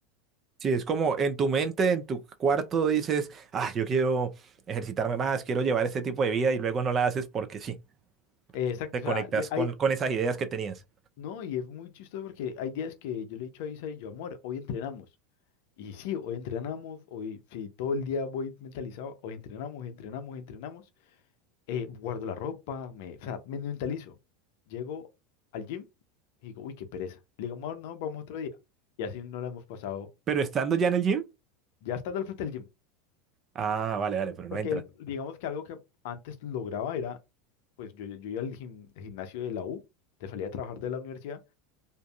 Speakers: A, on the right; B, on the left.
A: Sí, es como en tu mente, en tu cuarto dices, ah, yo quiero ejercitarme más, quiero llevar este tipo de vida y luego no la haces porque sí,
B: Eh, exacto,
A: te
B: o
A: conectas
B: sea, le- hay,
A: con, con esas ideas que tenías.
B: no, y es muy chistoso porque hay días que yo le he dicho a Isa y yo, amor, hoy entrenamos. Y sí, hoy entrenamos, hoy sí, todo el día voy mentalizado, hoy entrenamos, entrenamos, entrenamos, eh, guardo la ropa, me, o sea, me mentalizo. Llego al gym y digo, uy, qué pereza. Le digo, amor, no, vamos otro día. Y así no la hemos pasado,
A: Pero estando ya en el gym,
B: ya estando al frente del gym.
A: ah, vale, vale, pero
B: Porque
A: no entra,
B: el- digamos que algo que antes lograba era, pues yo, yo, yo iba al gim- gimnasio de la U, te salía a trabajar de la universidad,